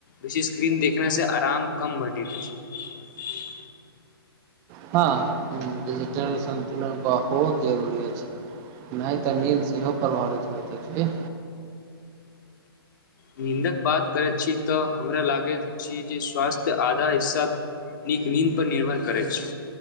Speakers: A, on the left (about 50°); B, on the right (about 25°).
A: बेसी स्क्रीन देखनेसँ आराम कम भेट अछि छै
B: हँ डिजिटल सन्तुलन बहुत जरूरी अछि नहि तऽ नट सेहो प्रभावित होइत अछि
A: नीदक बात करैत छी तऽ हमरा लागैत छी जे स्वास्थ्य आधा हिस्सा नीक नीन्द पर निर्भर करैत छै